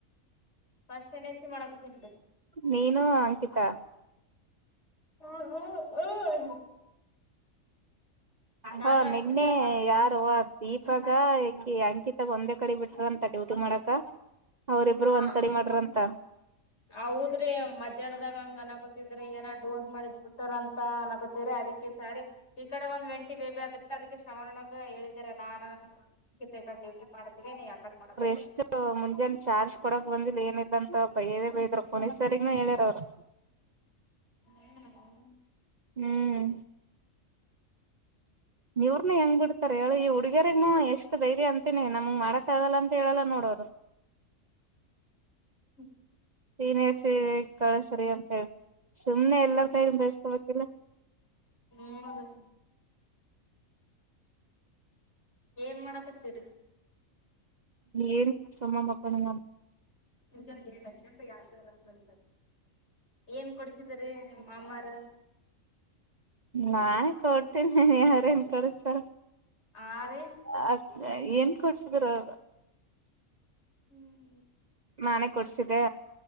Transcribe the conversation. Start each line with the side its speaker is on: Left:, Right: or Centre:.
Left: ಫಸ್ಟ್ ಏನ್. ಐ. ಸಿ ಮಾಡಕತಿನ್ರಿ
Right: ನೀನು ಅಂಕಿತಾ
Left: ಹ್ ಹ್ ಹೂ ನಾನು
Right: ಹ
Left: ಅಂಕಿತ
Right: ನೆನ್ನೆ
Left: ಮಾಡ
Right: ಯಾರು ದೀಪಾಗ ಇಕಿ ಅಂಕಿತಾಗ ಒಂದೇ ಕಡೆ ಬಿಟ್ರಂತೆ ಡ್ಯೂಟಿ ಮಾಡಕ ಅವರು ಇಬ್ರು
Left: ಹ
Right: ಒಂದ್ ಕಡೆ ಮಾಡ್ರಂತ
Left: ಹೌದ್ರಿ ಮಧ್ಯಾಹ್ನದಾಗ ಹಂಗ ಅನಕೋತಿದ್ರಿ ಏನೊ ಡೋಸ್ ಮಾಡಿದ್ ಬಿಟ್ಟಾರ ಅಂತ ಅಕೊ ಸರಿ ಅದಕ್ಕೆ ಸರಿ ಈ ಕಡೆ ಒಂದ್ ವಂಟಿ ಬೇಕಗುತ್ತ ಅದಕ್ಕ ಶ್ರವಣಗ ಹೇಳಿದೀರ ನಾನು ಗಡೆ ಡ್ಯೂಟಿ ಮಾಡತೀವಿ ನೀ ಯಾ ಕಡೆ ಮಾಡಕತ್
Right: ಇಷ್ಟು ಮುಂಜಾನೆ ಚಾರ್ಜ್ ಕೊಡಕ್ ಬಂದಿಲ್ಲ ಏನಿಲ್ಲ ಅಂತ ಬೈಯದೆ ಬೈಯದರು ಪೊಲೀಸರಿನು ಹೇಳ್ಯಾರ ಅವ್ರು
Left: ಹ್ಮ್ ಹ್ಮ್
Right: ಹ್ಮ್ ಇವರ್ನ ಹೆಂಗ್ ಬಿಡ್ತಾರೆ ಹೇಳು ಈ ಹುಡುಗಿರಿಗ್ ಎಷ್ಟು ಧೈರ್ಯ ಅಂತೀನಿ ನಮ್ಗೆ ಮಾಡಕ್ಕಾಗಲ್ಲ ಅಂತ ಹೇಳಲ್ಲ ನೋಡು ಅವರು.
Left: ಹ್ಮ್
Right: ಸೀನಿಯರ್ಸ ಕಳ್ಸ್ರೀ ಅಂತ ಹೇಳಿ ಸುಮ್ಮನೆ ಎಲ್ಲಾರ್ ಕೈ ಬೇಸ್ಕೋಬೇಕಿಲ್ಲ.
Left: ಹ್ಮ್ ಏನ್ ಮಾಡಕತ್ತೀರಿ.
Right: ಏನು ಇಲ್ಲ ಸುಮ್ಮ ಮಕ್ಕೊಂಡೆ ನಾನ್
Left: ನಿಜ ತಕಂಡ್ರೀ ಅದು ಸರ್ ಅಂಗೆ ಬರೀತ್ತಾರು. ಏನ್ ಕೊಡಿಸಿದ್ರ್ ರೀ ನಿಮ್ಮ್ ಮಾಮಾರು
Right: ನಾ ಕೊಡ್ತೀನಿ ಅವ್ರೇನ್ ಕೊಡೂಸ್ತಾರ.
Left: ಹಾ ರೀ
Right: ಅ ಏನ್ ಕೊಡ್ಸಿದ್ರ ಅವರ್
Left: ಹ್ಮ್
Right: ನಾನೇ ಕೊಡ್ಸಿದ್ದೆ